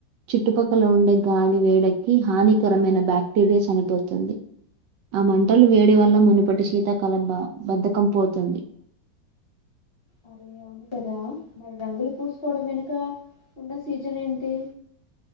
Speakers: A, on the right; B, on the left.
A: చుట్టుపక్కల ఉండే గాలి వేడెక్కి హానికరమైన బాక్టీరియా చనిపోతుంది ఆ మంటలు వేడి వల్ల మనుపటి శీతకాలం బద్దకం పోతుంది
B: అరే అవును కదా మరి రంగులు పూసుకోవడం వెనుక ఉన్న సీజన్ ఏంటి